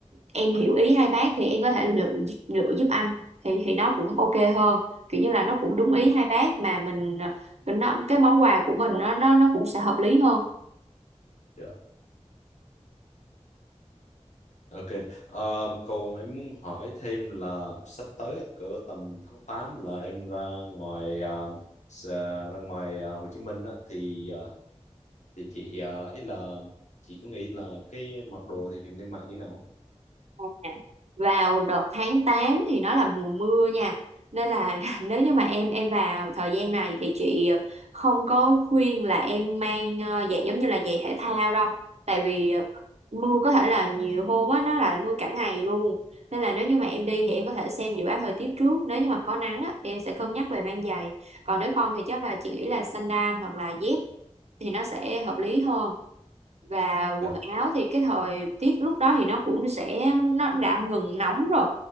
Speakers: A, on the right (about 65°); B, on the left (about 85°).
A: em hiểu ý hai bác thì em có thể lựa lựa giúp anh thì thì nó cũng ok hơn kiểu như là nó cũng đúng
B: ừ,
A: ý hai bác mà mình ờ, nó cái món quà của mình nó nó nó cũng sẽ hợp lý hơn
B: dạ Ok, Ờ, còn em muốn hỏi thêm là sắp tới á, cỡ tầm tháng 8 là em ra ngoài ờ, s- à, ra ngoài ờ, Hồ Chí Minh á, thì ờ, thì chị uh, ý là chị có nghĩ là cái mặc đồ thì em nên mặc như thế nào? không?
A: À, vào đợt tháng 8 thì nó là mùa mưa nha nên là <laughs> nếu như mà em em vào thời gian này thì chị không có khuyên là em mang ờ, giày giống như là giày thể thao đâu tại vì ờ, mưa có thể là nhiều hôm á nó lại mưa cả ngày luôn nên là nếu như mà em đi thì em có thể xem dự báo thời tiết trước nếu như mà có nắng á, thì em sẽ cân nhắc về mang giày còn nếu không thì chắc là chị nghĩ là sandal hoặc là dép thì nó sẽ hợp lý hơn và quần
B: Dạ,
A: áo thì cái thời tiết lúc đó thì nó cũng sẽ nó đã ngừng nóng rồi